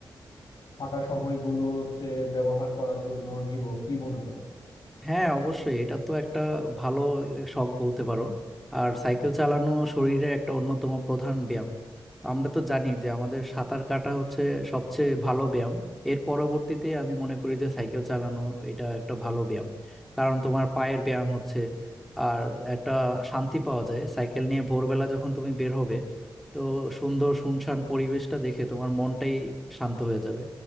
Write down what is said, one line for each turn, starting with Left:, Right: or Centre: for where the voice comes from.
Left: ফাঁকা সময়গুলো হচ্ছে ব্যবহার করার জন্য নিব কি মনে করে
Centre: হ্যাঁ অবশ্যই এটা তো একটা ভালো শখ বলতে পারো আর সাইকেল চালানো শরীরের একটা অন্যতম প্রধান ব্যায়াম তো আমরা তো জানি যে আমাদের সাঁতার কাটা হচ্ছে সবচেয়ে ভালো ব্যায়াম এর পরবর্তীতে আমি মনে করি যে সাইকেল চালানো এটা একটা ভালো ব্যায়াম কারণ তোমার পায়ের ব্যায়াম হচ্ছে আর একটা শান্তি পাওয়া যায় সাইকেল নিয়ে ভোরবেলা যখন তুমি বের হবে তো সুন্দর শুনশান পরিবেশটা দেখে তোমার মনটাই শান্ত হয়ে যাবে